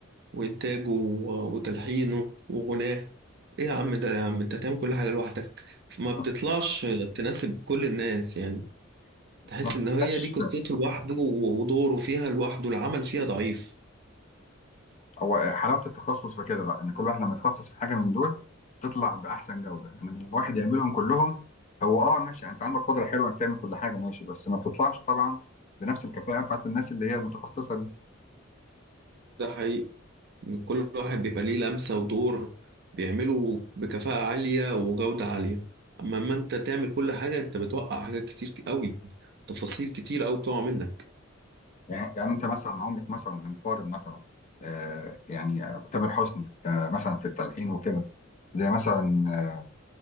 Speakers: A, on the right; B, on the left.
A: وإنتاجه و- وتلحينه وغناه إيه يا عم ده يا عم أنت تعمل كل حاجة لوحدك ما بتطلعش
B: <laughs>
A: تناسب كل الناس يعني تحس
B: ما بتبقاش
A: إن هي دي قصته لوحده و- ودوره فيها لوحده العمل فيها ضعيف
B: هو حلاوه التخصص في كده بقى ان كل واحد لما يتخصص في حاجه من دول تطلع باحسن جوده انما لما واحد يعملهم كلهم هو اه ماشي يعني انت عندك قدره حلوه انك تعمل كل حاجه ماشي بس ما بتطلعش طبعا بنفس الكفاءه بتاعت الناس اللي هي المتخصصه دي
A: ده حقيقي إن كل واحد بيبقى ليه لمسة ودور بيعمله بكفاءة عالية وجودة عالية أما أما أنت تعمل كل حاجة أنت بتوقع حاجات كتير قوي تفاصيل كتير قوي بتقع منك
B: يعني, يعني انت مثلا عمرك مثلا هنقارن مثلا آه يعني آه، تامر حسني آه مثلا في التلحين وكده زي مثلا آه،